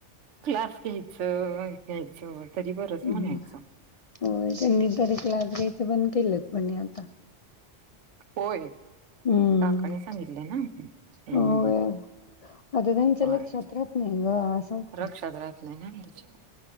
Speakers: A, on the right (about 80°); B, on the left (about 65°).
A: क्लास घ्यायचं हे घ्यायचं तरी बरच
B: हम्म.
A: म्हणायचं.
B: होय त्यांनी तरी क्लास घ्यायचं बंद केलेत म्हणे आता.
A: होय ते
B: हम्म.
A: काकाणी सांगितलं ना? हम्म
B: होय, आता त्यांच्या
A: होय
B: लक्षात, राहत नाही गं, असं होतय.
A: लक्षात राहत नाही <unintelligible>